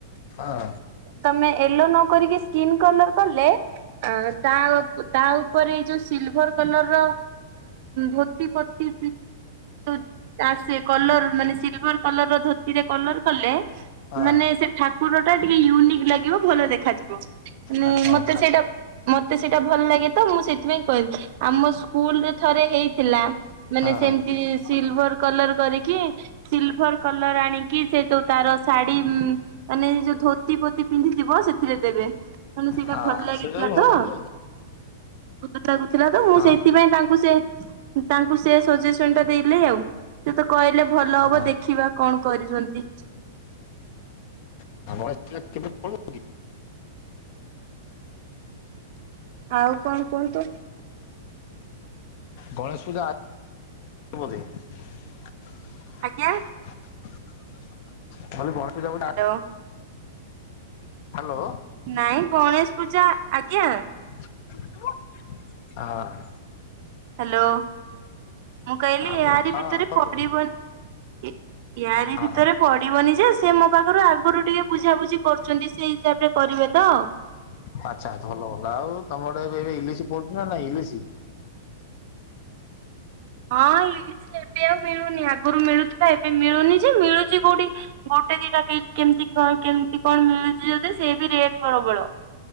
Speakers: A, on the left; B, on the right.
A: ହଁ।
B: ତମେ ୟେଲୋ ନ କରି କି ସ୍କିନ୍ କଲର କଲେ? ତା ତା ଉପରେ ଏଇ ଯୋଉ ସିଲଭର କଲର ର ପ ପତି <inaudible> ଆ ସେ କଲର, ମାନେ ସିଲଭର କଲର ର ଧୋତିରେ କଲର କଲେ।
A: ହଁ
B: ମାନେ, ସେ ଠାକୁର ଟା ଟିକେ ୟୁନିକ୍ ଲାଗିବ, ଭଲ ଦେଖାଯିବ, ମାନେ
A: ଆଚ୍ଛା
B: ମତେ
A: ଆଚ୍ଛା
B: ସେଇଟା ମତେ ସେଇଟା ଭଲ ଲାଗେ, ତ ମୁଁ ସେଥିପାଇଁ କହିଲି। ଆମ ସ୍କୁଲରେ ଥରେ ହେଇଥିଲା। ମାନେ,
A: ହଁ
B: ସେମିତି
A: ହଁ
B: ସିଲଭର କଲର କରିକି। ସିଲଭର କଲର ଆଣିକି, ସେ ଯୋଉ ତାର ଶାଢୀ ମାନେ, ଯୋଉ ଧୋତି ଫୋତି ପିନ୍ଧିଥିବ, ସେଥିରେ ଦେବେ। ମାନେ, ସେଇଟା
A: ହଁ
B: ଭଲ ଲାଗିଥିଲା
A: ସେଇଟା ବି ଭଲ
B: ତ!
A: ଯେ
B: <inaudible> ତ, ମୁଁ
A: ହଁ
B: ସେଇଥିପାଇଁ ତାଙ୍କୁ ସେ ତାଙ୍କୁ ସେ ସଜେସନ ଟା ଦେଇଲେ, ଆଉ ସେ ତ କହିଲେ, ଭଲ
A: ହଁ
B: ହବ ଦେଖିବା କଣ? କରିଛନ୍ତି।
A: <inaudible>
B: ଆଉ କଣ କୁହନ୍ତୁ?
A: ଗଣେଶ ପୂଜା। <inaudible>
B: ଆଜ୍ଞା।
A: <inaudible>
B: Hello
A: hello.
B: ନାଇଁ, ଗଣେଶ ପୂଜା ଆଜ୍ଞା।
A: <inaudible>
B: ହ୍ୟାଲୋ, ମୁଁ କହିଲି,
A: ଆଉ
B: ଏହାରି
A: ହଁ
B: ଭିତରେ
A: କୁହନ୍ତୁ।
B: ପଡିବନି। ୟାରି
A: ହଁ
B: ଭିତରେ ପଡିବନି ଯେ। ସେ ମୋ ପାଖରୁ ଆଗରୁ ଟିକେ ବୁଝାବୁଝି କରୁଛନ୍ତି ସେଇ ଖିଆ ପିଆ କରିବେ ତ?
A: ଆଚ୍ଛା ଆଚ୍ଛା, ଭଲ ଭଲ। ଆଉ ତମର ଆଡେ ଏବେ ଇଲିଶ ପଡୁଛିନା? ନାଇଁ, ଇଲିଶି?
B: ହଁ, ଏଇ ଏବେ ଆଉ ମିଳୁନି। ଆଗରୁ ମିଳୁଥିଲା, ଏବେ ମିଳୁନି ଯେ ମିଳୁଛି କୋଉଠି? ଗୋଟେ ଦିଟା କେମତି କେମିତି କଣ ମିଳୁଛି, ଯଦି ସେ ବି ରେଟ୍ ପ୍ରବଳ।